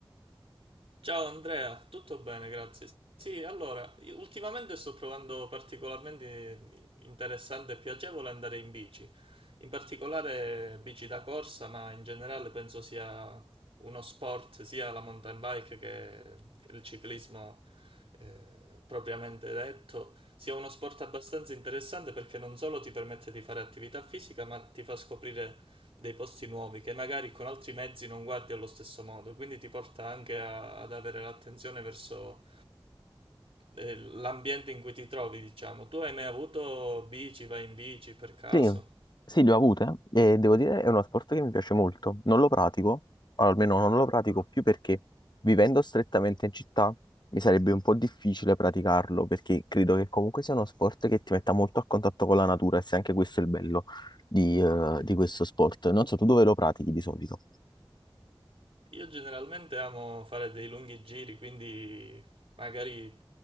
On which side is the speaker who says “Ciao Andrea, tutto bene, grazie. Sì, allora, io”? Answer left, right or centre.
Right